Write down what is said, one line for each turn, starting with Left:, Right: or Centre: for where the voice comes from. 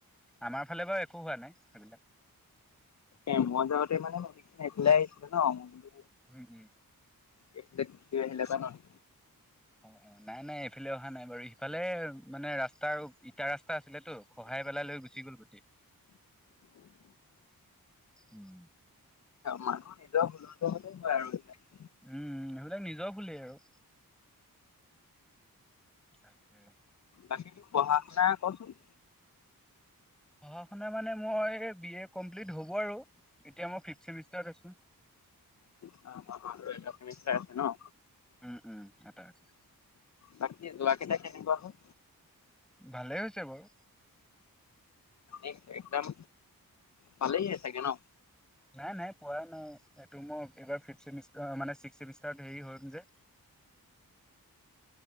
Centre: আমাৰ ফালে বাৰু একো হোৱা নাই সেইবিলাক।
Left: এ মই যাওঁতে মানে নদীখিনি এইফালেই আহিছিলে ন মই বোলো।
Centre: উম, হম।
Left: এইফালে গুচি আহিলে জানো নি
Centre: অহ, অহ নাই-নাই এইফালে অহা নাই বাৰু সিফালে মানে ৰাস্তা ইটা ৰা স্তা আছিলেটো খহাই পেলাই লৈ গুচি গ'ল গোতেই, উম।
Left: মানুহ নিজৰ ভুলৰ দোষতে হয় আৰু এইবিলাক।
Centre: উম সেইবিলাক নিজৰ ভুলে আৰু, তাকে।
Left: বাকী তোৰ পঢ়া শুনা ক'চোন?
Centre: পঢ়া শুনা মানে মই বি এ কমপ্লিট হ'ব আৰু এতিয়া মই ফিফত চেমিষ্টাৰত আছো।
Left: অহ, অহ, আৰু এটা চেমিষ্টাৰ আছে ন?
Centre: উম উম এটা আছে,
Left: বাকী যোৱা কেইটা কেনেকুৱা হ'ল?
Centre: ভালেই হৈছে বাৰু।
Left: এক একদম ভালেয়ে চাগে ন?
Centre: নাই-নাই পৰা নাই, এইটো মই এইবাৰ ফিফ চেমিষ্টাৰ মানে ছিক্স চেমিষ্টাৰত হেৰি হয় যে।